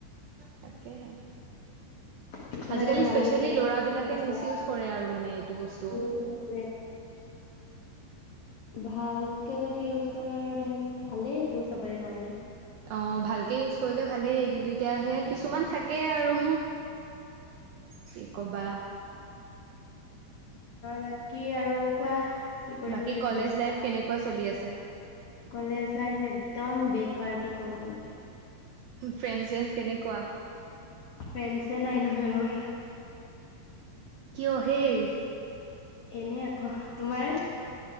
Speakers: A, on the right; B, on the left.
A: তাকেহে।
B: কিছু
A: আজিকালি
B: মানে ভাল
A: স্পেচিয়েলি
B: ইউজ কৰে
A: ল'ৰাবিলাকে
B: কিছুমানে
A: মিচ
B: বেয়া
A: ইউজ কৰে আৰু মানে এইটো বস্তু
B: উ। উম। ভালকে যদি ইউজ কৰে আৰু দেন ভালেই সেইটো চবৰে কাৰণে।
A: অ ভালকে ইউজ কৰিলে ভালেই কিন্তু এতিয়া সেয়া কিছুমান থাকেই আৰু। কি ক'বা।
B: বাকী আৰু কোৱা? কি কৰিম
A: বাকী
B: বুলি
A: কলেজ
B: ভাবিছা
A: লাইফ কেনেকুৱা চলি আছে?
B: কলেজ লাইফ একদম বেকাৰ কি ক'ম আৰু মই?
A: ফ্ৰেণ্ডচ চেণ্ডচ কেনেকুৱা?
B: ফ্ৰেণ্ডছে নাই নহয় মোৰ।
A: কিয় হেই?
B: এনে আক তোমাৰ?